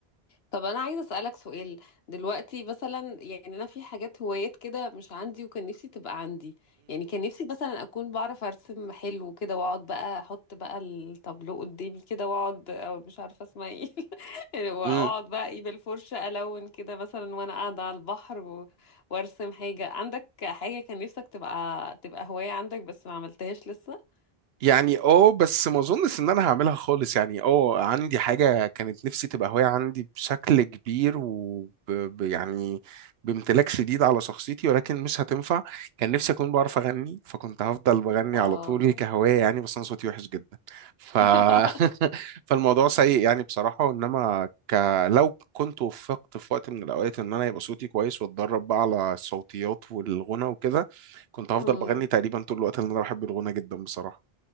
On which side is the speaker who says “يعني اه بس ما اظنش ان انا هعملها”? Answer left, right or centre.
Right